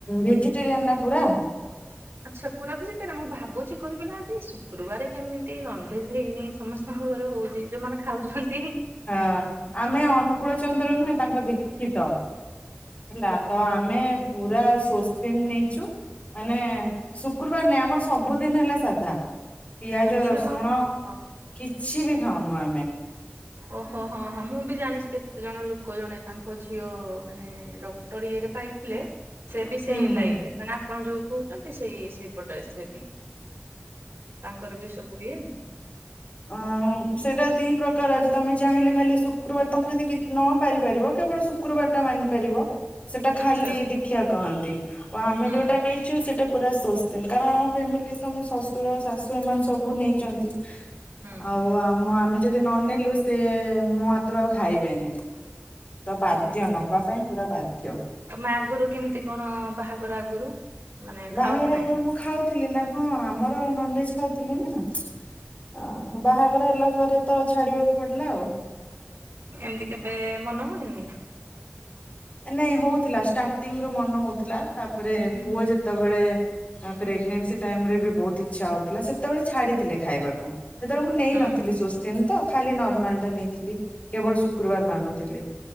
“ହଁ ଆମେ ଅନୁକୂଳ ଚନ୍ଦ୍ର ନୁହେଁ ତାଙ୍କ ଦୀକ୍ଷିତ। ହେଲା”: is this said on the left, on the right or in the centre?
Left